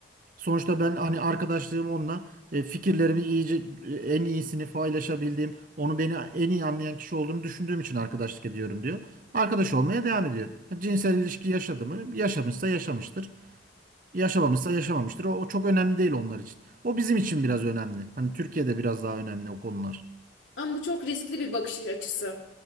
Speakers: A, on the right; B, on the left.
A: Sonuçta ben hani arkadaşlığım onunla e, fikirlerimi iyice e, en iyisini paylaşabildiğim, onu beni en iyi anlayan kişi olduğunu düşündüğüm için arkadaşlık ediyorum diyor. Arkadaş olmaya devam ediyor. Ha, Cinsel ilişki yaşadı mı? Yaşamışsa yaşamıştır. Yaşamamışsa yaşamamıştır. O, o çok önemli değil onlar için. O bizim için biraz önemli. Hani Türkiye'de biraz daha önemli o konular.
B: Ama bu çok riskli bir bakış açısı.